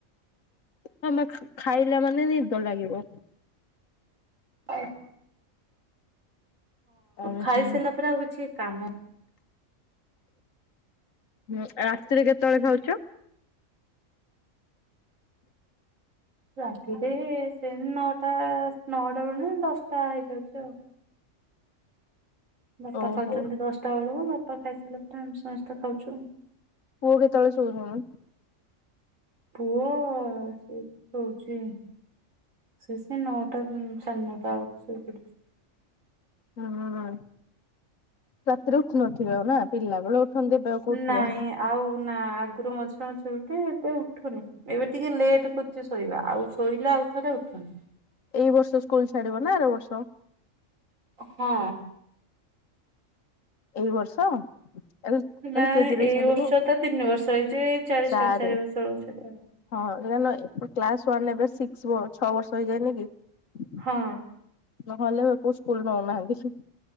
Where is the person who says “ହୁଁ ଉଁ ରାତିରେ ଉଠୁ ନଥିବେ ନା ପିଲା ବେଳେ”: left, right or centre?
Left